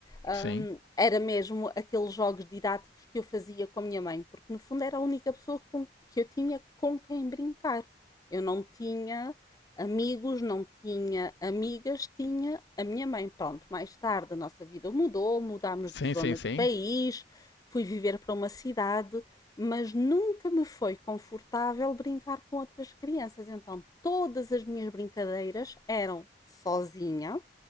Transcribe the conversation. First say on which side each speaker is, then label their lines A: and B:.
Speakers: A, on the left; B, on the left.
A: Hum,
B: sim,
A: era mesmo aqueles jogos didáticos que eu fazia com a minha mãe, porque no fundo era a única pessoa com- que eu tinha com quem brincar. Eu não tinha amigos, não tinha amigas, tinha a minha mãe. Pronto, mais tarde a nossa vida mudou, mudámos
B: sim,
A: de zona
B: sim, sim.
A: de país, Fui viver para uma cidade, mas nunca me foi confortável brincar com outras crianças. Então, todas as minhas brincadeiras eram sozinha.